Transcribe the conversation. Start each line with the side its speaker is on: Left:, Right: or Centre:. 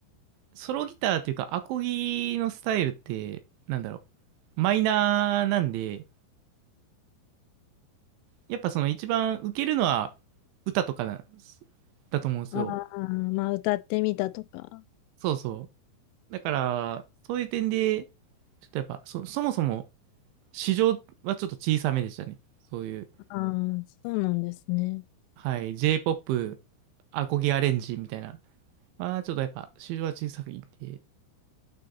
Right: ソロギターというか、アコギのスタイルって、なんだろう。マイナーなんで、やっぱその一番受けるのは歌とかなんですだと思うんですよ。
Left: ああー、まあ歌ってみたとか。
Right: そうそう。だから、そういう点で、ちょっとやっぱ、そ、そもそも市場はちょっと小さめでしたね。そういう、
Left: ああ、そうなんですね。
Right: はい、J-POP、アコギアレンジみたいな。まあ、ちょっとやっぱ市場は小さくいんで。